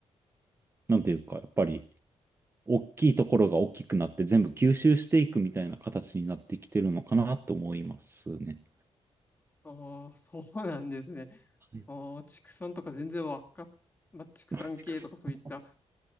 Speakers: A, on the right; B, on the left.
A: なんていうか、やっぱり大きいところが大きくなって全部吸収していくみたいな形になってきてるのかなと思いますね。
B: あー、そうなんですね。
A: はい。
B: あー、畜産とか全然わかっ、まあ、畜産系とかそういった
A: マジかそう